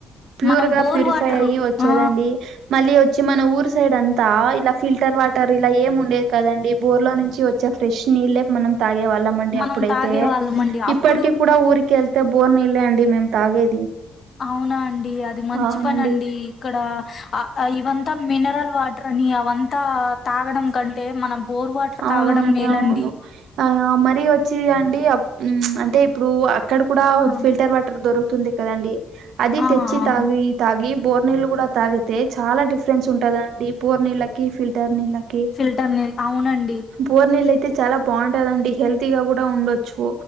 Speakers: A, on the right; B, on the left.
A: ప్యూర్
B: మనం
A: గా
B: బోర్
A: ప్యూరిఫై
B: వాటరు
A: అయ్యి వచ్చేదండి
B: ఆ
A: మళ్ళీ వచ్చి మన ఊరు సైడ్ అంతా ఇలా ఫిల్టర్ వాటర్ ఇలా ఏం ఉండేది కదండి బోర్ లో నుంచి వ చ్చే ఫ్రెష్ నీళ్లే మనం తాగేవాళ్ళం అండి
B: మనం
A: అప్పుడైతే
B: తాగే వాళ్ళమండి అప్పుడు
A: ఇప్పటికి కూడా ఊరికెళ్తే బోర్ నీళ్లే అండి మేము తాగేది
B: అవునా అండి అది మంచి
A: అవునండి
B: పని అండి ఇక్కడ ఇవంతా మినరల్ వాటరని అవంతా తాగడం కంటే టే మన బోర్ వాటర్
A: అవునండి
B: తాగడం మేలండి
A: అవును ఆ మరీ వచ్చి అండి అంటే ఇప్పుడు అక్కడ కూడా
B: ఆ
A: ఫిల్టర్ వాటర్ దొరుకుతుంది కదా అండి అది
B: ఆ
A: తెచ్చి
B: అవును
A: తాగి తాగి బోర్ నీళ్ళలు కూడా తాగితే చాలా డిఫరెన్స్ ఉంటదండి బోర్ నీళ్ళకి ఫిల్టర్ నీళ్ళకి
B: ఫిల్టర్ నీళ్ళు అవునండి
A: బోర్ నీళ్ళ అయితే చాలా బాగుంటదండి హెల్తీ గా కూడా ఉండొచ్చు